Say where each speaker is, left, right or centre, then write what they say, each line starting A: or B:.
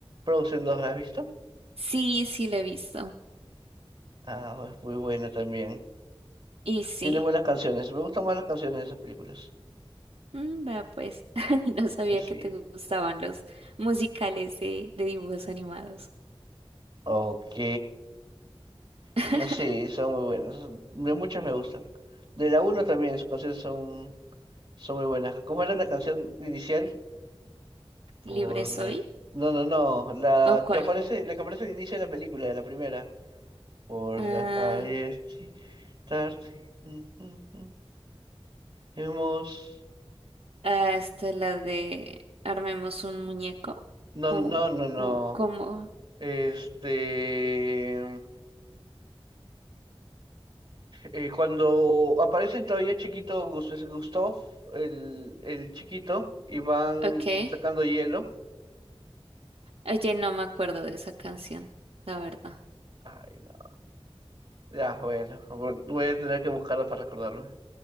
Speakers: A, on the right; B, on the right.
A: Frozen 2, ¿la has visto?
B: Sí, sí, la he visto.
A: Ah, es muy buena también.
B: Y sí.
A: Tiene buenas canciones. Me gustan más las canciones de esas películas.
B: Mm, vea pues, <laughs> no sabía
A: Eh, Sí.
B: que te gustaban los musicales de, de dibujos animados.
A: Ok.
B: <laughs>
A: No, sí, son muy buenas. De muchas me gustan. De la uno también, sus canciones son, son muy buenas. ¿Cómo era la canción inicial? Por
B: ¿Libre soy?
A: la... No, no, no. La
B: ¿O cuál?
A: que aparece, la que aparece al inicio de la película, de la primera. Por
B: Ah.
A: la calles sí, tarde. mm, mm, mm, Hemos.
B: Ah, esta la de armemos un muñeco
A: No,
B: o
A: no, no, no. no.
B: o cómo.
A: Este. Eh, cuando aparece todavía chiquito Gus- es Gustav, el, el chiquito, y van
B: Okay.
A: sacando hielo.
B: Oye, no me acuerdo de esa canción, la verdad.
A: Ay, no. Ya, bueno, vo- voy a tener que buscarlo para recordarme.